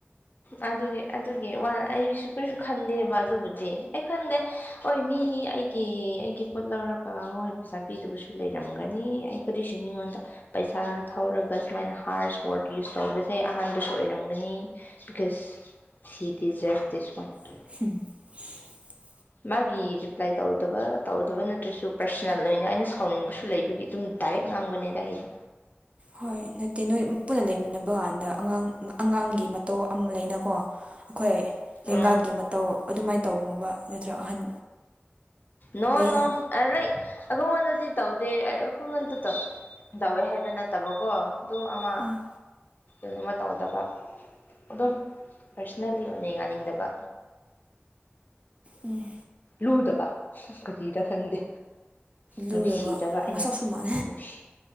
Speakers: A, on the left; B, on the right.
A: ꯑ ꯑꯗꯨꯒꯤ ꯑꯗꯨꯒꯤ ꯋꯥ ꯑꯩꯁꯨ ꯀꯔꯤꯁꯨ ꯈꯟꯗꯦꯕ ꯑꯗꯨꯕꯨꯗꯤ ꯈꯟꯗꯦ ꯍꯣꯏ ꯃꯤ ꯑꯩꯒꯤ ꯑꯩꯒꯤ ꯄꯣꯠ ꯂꯧꯔꯒ ꯃꯣꯏ ꯄꯩꯁꯥ ꯄꯤꯗꯕꯁꯨ ꯂꯩꯔꯝꯒꯅꯤ ꯑꯩ ꯀꯔꯤꯁꯨ ꯃꯤꯉꯣꯟꯗ ꯄꯩꯁꯥ ꯊꯧꯔꯒ ꯁꯨꯃꯥꯏꯅ ꯍꯥꯔꯁ ꯋꯥꯔꯗ ꯌꯨꯁ ꯇꯧꯕꯁꯦ ꯑꯍꯥꯟꯕꯁꯨ ꯑꯣꯏꯔꯝꯒꯅꯤ ꯀꯥꯁ ꯊꯗꯤꯖ ꯇꯁꯄ <inaudible>
B: ꯎ <inaudible>
A: ꯃꯥꯒꯤ ꯔꯤꯄ꯭ꯂꯥꯏ ꯇꯧꯗꯕ ꯇꯧꯗꯕ ꯅꯠꯇ꯭ꯔꯁꯨ ꯄꯔꯁꯣꯅꯦꯜ ꯑꯣꯏꯅ ꯑꯩꯅ ꯁꯥꯎꯅꯤꯡꯕꯁꯨ ꯂꯩꯕꯒꯤ ꯑꯗꯨꯝ ꯗꯥꯏꯔꯦꯛ ꯉꯥꯡꯕꯅꯦꯗ ꯑꯩꯁꯨ
B: ꯍꯣꯏ ꯅꯠꯇꯦ ꯅꯣꯏ ꯄꯨꯟꯅ ꯂꯩꯃꯤꯟꯅꯕ ꯀꯥꯟꯗ ꯑꯉꯥꯡ ꯑꯉꯥꯡꯒꯤ ꯃꯇꯧ ꯑꯃ ꯂꯩꯅꯀꯣ ꯑꯩꯈꯣꯏ ꯂꯦꯡꯒꯥꯥꯛꯒꯤ
A: ꯎꯝ
B: ꯃꯇꯧ ꯑꯗꯨꯃꯥꯏꯅ ꯇꯧꯅꯨꯕ ꯅꯠꯇ꯭ꯔꯒ ꯑꯍꯟ
A: ꯅꯣ
B: ꯂꯩꯅ
A: ꯅꯣ ꯂꯩ <inaudible> ꯑꯩꯈꯉꯣꯟꯗꯗꯤ ꯇꯧꯗꯦ ꯑꯩ ꯑꯩꯈꯣꯏꯉꯣꯟꯗ ꯇꯧꯋꯦ ꯍꯥꯏꯕ ꯅꯠꯇꯕꯀꯣ ꯑꯗꯨ ꯑꯃ
B: ꯎꯝ
A: ꯑꯗꯨꯃ ꯇꯧꯗꯕ ꯑꯗꯨꯝ ꯄꯔꯁꯅꯦꯜꯂꯤ ꯑꯣꯏꯅ ꯌꯥꯅꯤꯡꯗꯕ
B: ꯎꯝ
A: ꯂꯨꯗꯕ ꯁꯪꯁꯀꯨꯇꯤꯗ ꯈꯪꯗꯦ
B: ꯂꯨꯗꯕ
A: ꯅꯨꯡꯁꯤꯗꯕ ꯑꯩꯅ
B: ꯃꯁꯛꯁꯨ ꯃꯥꯟ
A: ꯅꯨꯡꯁꯤ